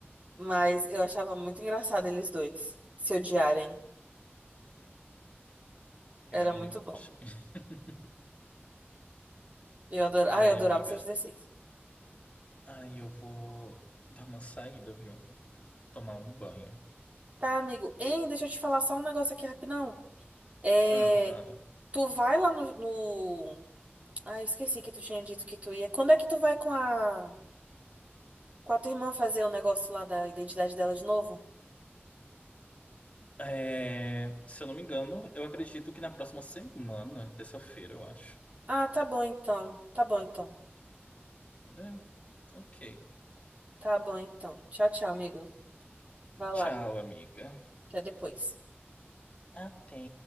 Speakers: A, on the right; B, on the left.
A: Mas eu achava muito engraçado eles dois se odiarem. Era
B: realmente.
A: muito bom.
B: <laughs>
A: Eu adorava,
B: Ai,
A: ah, eu adorava
B: amiga.
A: 616.
B: Ai, eu vou dar uma saída, viu? Tomar um banho.
A: Tá, amigo. Hein, deixa eu te falar só um negócio aqui rapidão. É,
B: Ah, fala.
A: tu vai lá no... no- Ah, esqueci que tu tinha dito que tu ia. Quando é que tu vai com a Com a tua irmã fazer o negócio lá da identidade dela de novo?
B: É, se eu não me engano, eu acredito que na próxima semana, terça-feira, eu acho.
A: Ah, tá bom então. Tá bom então.
B: É, ok.
A: Tá bom então. Tchau, tchau, amigo. Vai lá.
B: Tchau, amiga.
A: Até depois.
B: Até.